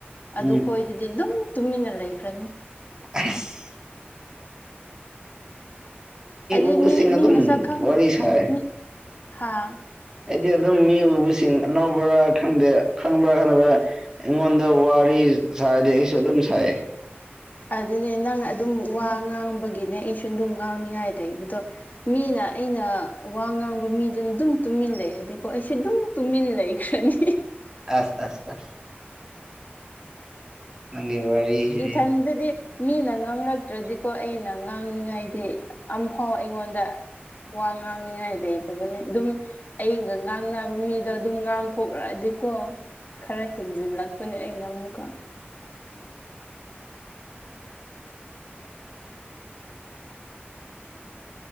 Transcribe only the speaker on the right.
ꯎꯝ
<unintelligible>
ꯎꯕꯁꯤꯡ
ꯑꯗꯨꯝ
ꯋꯥꯔꯤ ꯁꯥꯏ
ꯑꯩꯗꯤ ꯑꯗꯨꯝ ꯃꯤ ꯎꯕꯁꯤꯡ ꯑꯅꯧꯕꯔꯥ ꯈꯪꯗꯦ ꯈꯪꯕ꯭ꯔꯥ ꯈꯪꯗꯕ꯭ꯔꯥ ꯑꯩꯉꯣꯟ ꯗ ꯋꯥꯔꯤ ꯁꯥꯔꯗꯤ ꯑꯩꯁꯨ ꯑꯗꯨꯝ ꯁꯥꯏꯌꯦ
ꯑꯁ ꯑꯁ ꯑꯁ ꯅꯪꯒꯤ ꯋꯥꯔꯤꯁꯤꯗꯤ